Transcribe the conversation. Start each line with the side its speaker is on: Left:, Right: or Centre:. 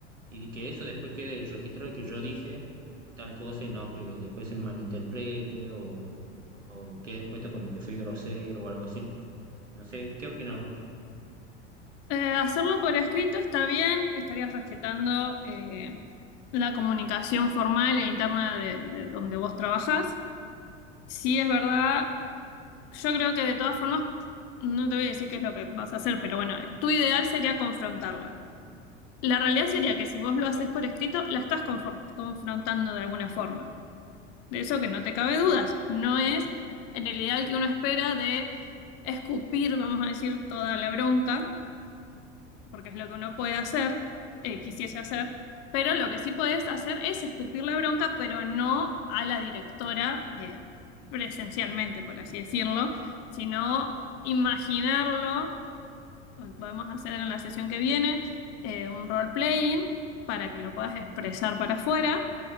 Right: y que eso después quede registrado y que yo dije tal cosa y no que después se malinterprete o, o quede puesto como que fui grosero o algo así. No sé, ¿qué opinas vos?
Left: Eh, hacerlo por escrito está bien, estarías respetando eh, la comunicación formal e interna de, de donde vos trabajás. Sí, es verdad, yo creo que de todas formas, no te voy a decir qué es lo que vas a hacer, pero bueno, eh, tu ideal sería confrontarla. La realidad sería que si vos lo haces por escrito, la estás confor- confrontando de alguna forma. De eso que no te cabe dudas, no es en el ideal que uno espera de escupir, vamos a decir, toda la bronca porque es lo que uno puede hacer, eh, quisiese hacer, pero lo que sí podés hacer es escupir la bronca, pero no a la directora eh, presencialmente, por así decirlo, sino imaginarlo, podemos hacer en la sesión que viene eh, un role-playing para que lo puedas expresar para afuera